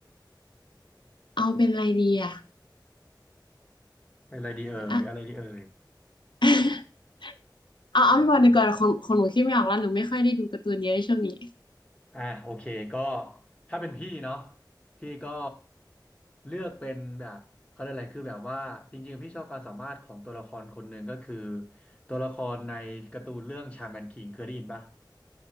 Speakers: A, on the left (about 80°); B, on the left (about 15°).
A: เอาเป็นอะไรดีอะ
B: อะไรดีเอ่ยอะไรดีเอ่ย
A: อะ <laughs> เอาเอาพี่บอลดีกว่าคนคนหนูคิดไม่ออกแล้วหนูไม่ค่อยได้ดูการ์ตูนเยอะช่วงนี้
B: อ่ะโอเคก็ถ้าเป็นพี่เนาะพี่ก็เลือกเป็นแบบเขาเรียกอะไรคือแบบว่าจริงๆพี่ชอบความสามารถของตัวละครคนหนึ่งก็คือตัวละครในการ์ตูนเรื่องชาแมนคิงเคยได้ยินปะ